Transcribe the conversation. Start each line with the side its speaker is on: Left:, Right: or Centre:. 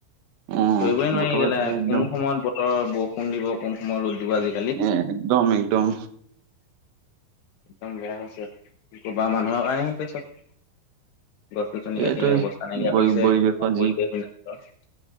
Right: অ
Left: ধৰিবই নোৱাৰি
Right: বতৰ
Left: <unintelligible>
Right: এইফালে একদম
Left: কোন সময়ত ব- তৰত বৰষুণ দিব কোন সময় ৰ'দ দিব আজি
Right: এ একদম একদম
Left: একদম বেয়া হৈছে কবা মানুহৰ কাৰণেই হৈছে চব গছ-গছনি কাটি
Right: এইটোৱে
Left: অৱস্থা নাইকিয়া
Right: পৰি
Left: কৰিছে
Right: পৰিৱেশৰ
Left: গোটেইখন পৰিৱেশ
Right: যি
Left: বিনষ্ট।